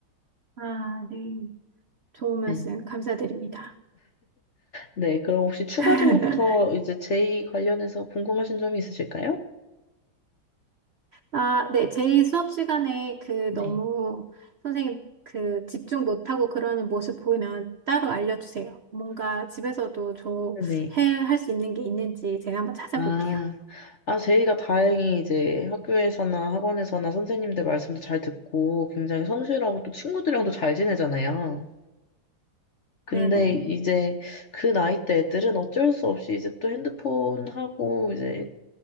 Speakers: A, on the right; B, on the left.
A: 아, 네. 좋은 말씀
B: 네.
A: 감사드립니다.
B: 네. 그럼 혹시 추가적으로
A: <laughs>
B: 더 이제 제이 관련해서 궁금하신 점이 있으실까요?
A: 아, 네. 제 수업 시간에 그
B: 네.
A: 너무 선생님 그 집중 못하고 그러는 모습 보이면 따로 알려주세요. 뭔가 집에서도 저
B: 네네.
A: 해, 할 수 있는 게 있는지 제가 한번 찾아볼게요.
B: 아, 아, 제이가 다행히 이제 학교에서나 학원에서나 선생님들 말씀도 잘 듣고 굉장히 성실하고 또 친구들이랑도 잘 지내잖아요. 근데
A: 네네.
B: 이제 그 나이 때 애들은 어쩔 수 없이 이제 또 핸드폰 하고 이제